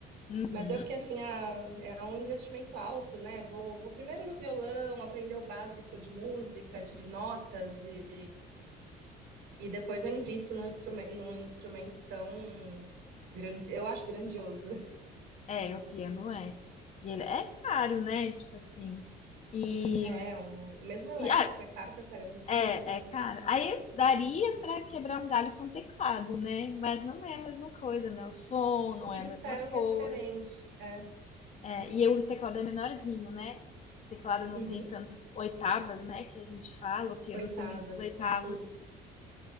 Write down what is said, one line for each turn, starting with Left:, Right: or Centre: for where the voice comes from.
Left: Uhum.
Right: Mas daí eu fiquei assim, ah, é um investimento alto, né? Vou, vou primeiro no violão, aprender o básico de música, de notas, e, e depois eu invisto num instrumento, num instrumento tão grande, eu acho grandioso. <laughs>
Left: É, o piano é. E ele é caro, né? Tipo assim. E,
Right: É, um, mesmo elétrico,
Left: e ah,
Right: é caro pra caramba.
Left: é, é caro. Aí daria pra quebrar um galho com teclado, né? Mas não é a mesma coisa, né? O som não
Right: Me
Left: é
Right: disseram
Left: a mesma
Right: que
Left: coisa.
Right: é diferente. É.
Left: É, e o teclado é menorzinho, né? O teclado não
Right: Uhum.
Left: tem tantas oitavas, né? Que a gente fala, o piano
Right: Oitavas,
Left: tem muitas oitavas.
Right: isso.